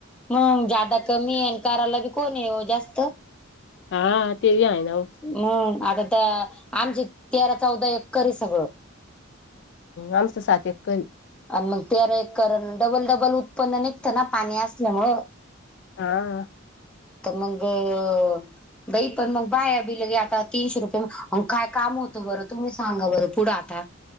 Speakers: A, in the centre; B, on the left.
A: हो जागा कमी आहे. आणि करायला बी कोण नाही ओ जास्त....
B: हा ते बी आहे ना ओ
A: हम आता तर आमचे... तेरा चौदा एकर हाय सगळं....
B: आमचं सात एकर आहे...
A: आणि मग तेरा एकर डबल डबल उत्पन्न निघतं ना पाणी असल्यावर....
B: हा हां....
A: तर मगं.... बाई पण मग बाया बिलेल आता तीनशे रुपये काय काम होतो बरं. तुम्ही सांगा बरं पुढं आता.....